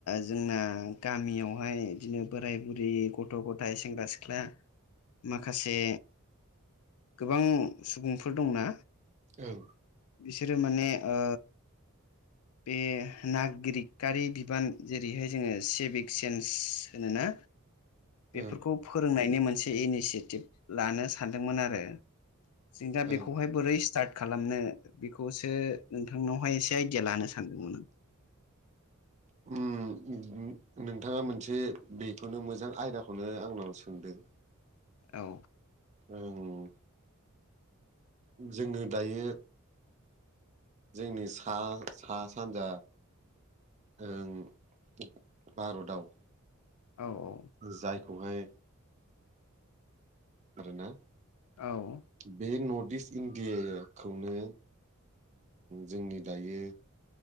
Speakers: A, on the left; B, on the right.
A: जोंना गामियावहाय बिदिनो बोराय बुरै गथ' गथ' गथाय सेंग्रा सिख्ला माखासे गोबां सुबुंफोर दंना
B: औ।
A: बिसोरो माने ओ बे नागरिकआरि बिबान जेरैहाय जोङो सेभिक सेन्स होनोना बेफोरखौ
B: ओं
A: फोरोंनायनि मोनसे इनिसियेटिभ लानो सानदोंमोन आरो। जों दा बेखौहाय
B: ओं
A: बोरै स्टार्ट खालामनो बेखौसो नोंथांनावहाय एसे आइडिया लानो सानदोंमोन आं।
B: उम नोंथाङा मोनसे बेखौनो मोजां आयदाखौनो आंनाव सोंदों।
A: औ।
B: औ। जोङो दायो जोंनि सा सा सानजा ओ भारतआव
A: औ औ।
B: जायखौहाय आरोना।
A: औ।
B: बे नर्थ इस्ट इण्डियाखौनो जोंनि दायो